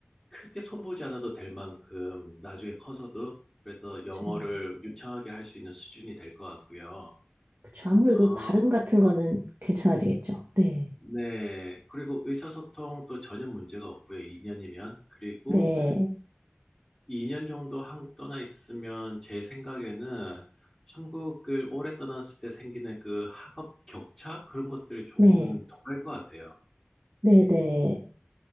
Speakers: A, in the centre; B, on the right.
A: 크게 손보지 않아도 될 만큼 나중에 커서도 그래서 영어를
B: 저,
A: 유창하게 할 수 있는 수준이 될 것 같고요.
B: 그쵸. 아무래도
A: 어
B: 발음 같은 거는 괜찮아지겠죠. 네.
A: 네. 그리고 의사소통도 전혀 문제가 없고요. 2년이면. 그리고
B: 네.
A: 2년 정도 한국 떠나 있으면 제 생각에는 한국을 오래 떠났을 때 생기는 그 학업 격차? 그런 것들이 조금
B: 네.
A: 덜 할 것 같아요.
B: 네. 네.